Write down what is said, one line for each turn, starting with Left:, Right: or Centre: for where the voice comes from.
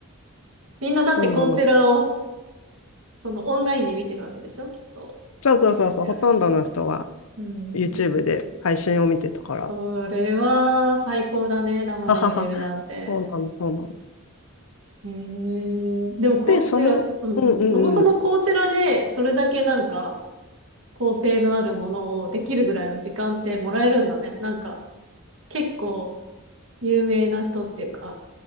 Right: みんなだってこちらを
Left: そうなの。
Right: そのオンラインで見てるわけでしょきっと。
Left: そうそうそうそう、
Right: チェックしてるわけでしょ
Left: ほとんどの人は
Right: うん。
Left: YouTube で配信を見てたから。
Right: それは最高だね。生で見れるなんて。
Left: <laughs> ははは。そうなの、そうなの。
Right: へえ。でもこ、
Left: で、その、
Right: いや、うんうん。
Left: うんうんうん。
Right: そもそもこちらでそれだけなんか、構成のあるものをできるぐらいの時間ってもらえるんだね。なんか、結構有名な人っていうか、